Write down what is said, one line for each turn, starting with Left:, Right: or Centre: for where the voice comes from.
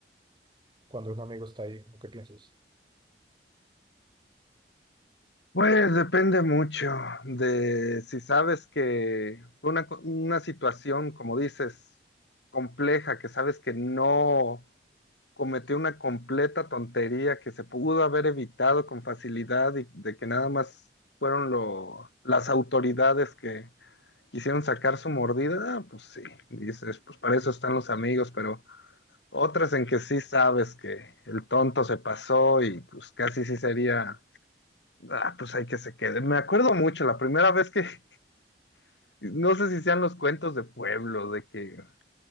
Right: Cuando un amigo está ahí, ¿qué piensas?
Left: Pues depende mucho de si sabes que fue una, co- una situación, como dices, compleja, que sabes que no cometió una completa tontería que se pudo haber evitado con facilidad y de que nada más fueron lo, las autoridades que quisieron sacar su mordida, ah, pues sí, dices, pues para eso están los amigos, pero otras en que sí sabes que el tonto se pasó y pues casi sí sería Ah, pues hay que se quede. Me acuerdo mucho la primera vez que, <laughs> no sé si sean los cuentos de pueblo, de que